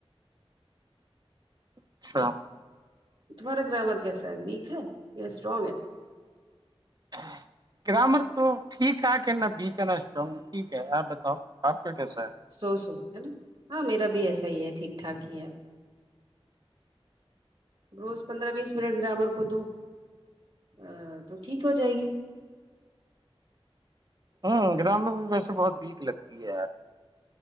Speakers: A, on the right (about 40°); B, on the right (about 60°).
A: اچھا <unintelligible> <unintelligible>
B: تمہارا گرامر کیسا ہے ویک ہے یا اسٹرانگ ہے
A: ہ <unintelligible> <unintelligible> گرامر تو ٹھیک ٹھاک ہے نہ بی کا نہ اسٹرانگ ٹھیک ہے آپ بتاؤ آپ کا کیسا ہے
B: سو سو ہے نا ہاں میرا بھی ایسا ہی ہے ٹھیک ٹھاک ہی ہے ہ روز پندرہ بیس منٹ گرامر کو دو ا تو ٹھیک ہو جائے گی
A: ہوں گرام میں بھی ویسے بہت ویک لگتی ہے یار